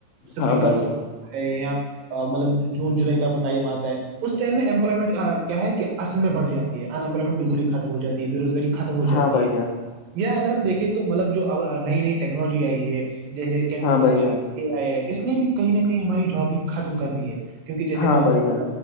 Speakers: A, on the left (about 85°); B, on the right (about 80°).
A: ہاں
B: پرنگ
A: بھائی
B: کاتا
A: جان
B: ہے یا مطلب جون جولائی کا ٹائم آتا ہے اس ٹائم میں ٹ کیا ہے کہصل میں بڑ جات ہے انمپلائمٹ بالکل ہی ختم ہو جات ہے بے روزگاری کی ختم ہو جاتی
A: ہاں بھائی
B: ہے
A: جان
B: یا اگر ہم دیکھیں تو مطلب جو اب نئی نئی ٹیکنالوجی آئی ہے جیسے کمپیوٹر
A: ہاں بھائی
B: آئے
A: جان
B: اے آئی آئے اس نے بھی کہیں نہ کہیں ہماری جاب ہی ختم کر دی ہے کیونکہ جیسے
A: ہاں
B: مطلب
A: بھائی جان